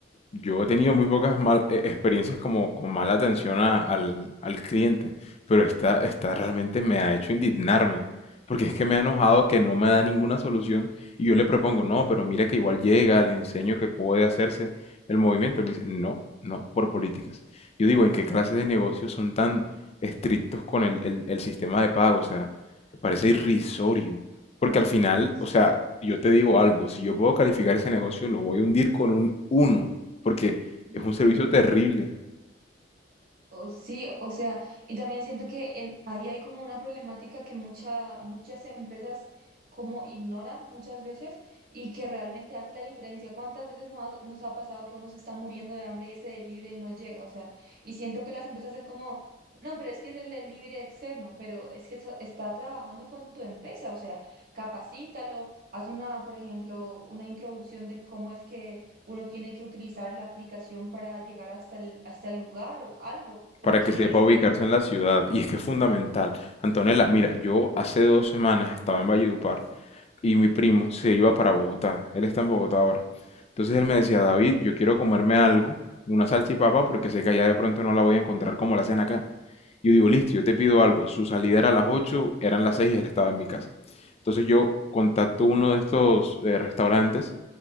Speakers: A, on the left; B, on the right.
A: Yo he tenido muy pocas mal- e- experiencias como con mala atención a- al, al cliente, pero esta, esta realmente me ha hecho indignarme, porque es que me ha enojado que no me da ninguna solución y yo le propongo, no, pero mira que igual llega, le enseño que puede hacerse el movimiento, él me dice, no, no, por políticas. Yo digo, ¿en qué clase de negocios son tan estrictos con el, el el sistema de pago? O sea, me parece irrisorio, porque al final,
B: Eso,
A: o sea, yo te digo algo, si yo puedo calificar ese negocio, lo voy a hundir con un uno porque
B: <laughs>
A: es
B: literal.
A: un servicio terrible
B: O sí, o sea, y también siento que en, ahí hay como una problemática que mucha, muchas empresas como ignoran muchas veces y que realmente hace la diferencia. ¿Cuántas veces no ha- nos ha pasado que uno se está muriendo de hambre y ese delivery no llega? O sea, y siento que las empresas es como, no, pero es que es el delivery externo, pero es que está está trabajando con tu empresa, o sea, capacítalo, haz una, por ejemplo, una introducción de cómo es que uno tiene que utilizar la aplicación para llegar hasta el, hasta el lugar o algo, porque
A: para que sepa
B: es
A: Sí.
B: que
A: ubicarse
B: es muy...
A: en la ciudad y es que es fundamental. Antonella, mira, yo hace dos semanas estaba en Valledupar y mi primo se iba para Bogotá. Él está en Bogotá ahora. Entonces él me
B: Sí.
A: decía, David, yo quiero comerme algo, una salchipapa, porque sé que allá de pronto no la voy a encontrar como la hacen acá. Yo digo, listo, yo te pido algo. Su salida era a las ocho eran las 6 y él estaba en mi casa. Entonces yo contacto uno de estos eh, restaurantes